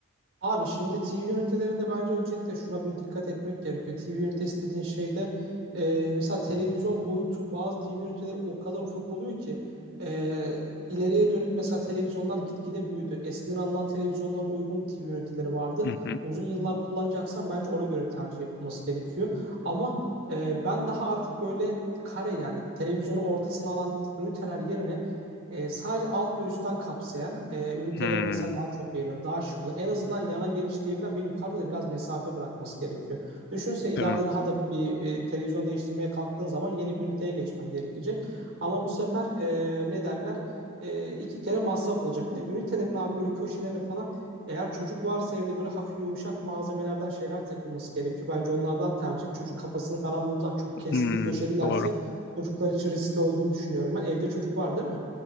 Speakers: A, on the right (about 60°); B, on the left (about 50°).
A: Abi şimdi TV ünitelerinde bence öncelikle şuna bir dikkat etmek gerekiyor. TV ünitesi dediğin şeyde e, mesela televizyon boyutu bazı TV üniteleri o kadar ufak oluyor ki e, ileriye dönük mesela televizyonlar gitgide büyüdü. Eskiden alınan televizyonlara uygun TV üniteleri vardı.
B: Hı hı.
A: Uzun yıllar kullanacaksan bence ona göre bir tercih yapılması gerekiyor. Ama e, ben daha artık böyle kare yani televizyonu ortasına alan üniteler yerine e, sadece alt ve üstten kapsayan e, üniteleri
B: Hmm,
A: mesela daha çok beğeniyorum. Daha şık oluyor. En azından yana genişleyebilen ve yukarıda da biraz mesafe bırakması gerekiyor. Düşünse ileride
B: değil mi?
A: daha da bir e, televizyon değiştirmeye kalktığın zaman yeni bir üniteye geçmen gerekecek. Ama bu sefer e, ne derler? E, iki kere masraf olacak. Bir de ünitelerin abi böyle köşelerini falan eğer çocuk varsa evde böyle hafif yumuşak malzemelerden şeyler takılması gerekiyor. Bence onlardan tercih. Çocuk kafasını falan vurursan çok keskin
B: Hmm,
A: köşelilerse
B: doğru.
A: Çocuklar için riskli olduğunu düşünüyorum ben. Evde çocuk var değil mi?